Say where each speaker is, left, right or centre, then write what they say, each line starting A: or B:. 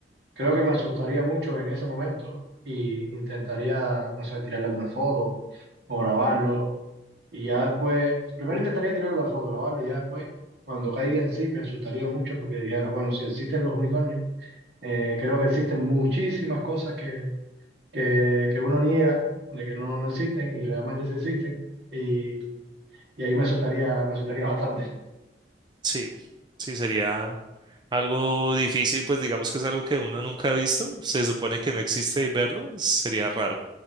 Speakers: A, on the right (about 70°); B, on the right (about 25°).
A: creo que me asustaría mucho en ese momento y intentaría, no sé, tirarle alguna foto o grabarlo. Y ya después, primero intentaría tirarle la foto, grabarlo, y ya después, cuando caiga en sí, me asustaría mucho porque dijera, bueno, si existen los unicornios, eh, creo que existen muchísimas cosas que, que, que uno niega de que no, no existen y realmente sí existen. Y, y ahí me asustaría, me asustaría bastante.
B: Sí, sí, sería algo difícil, pues digamos que es algo que uno nunca ha visto. Se supone que no existe y verlo sería raro,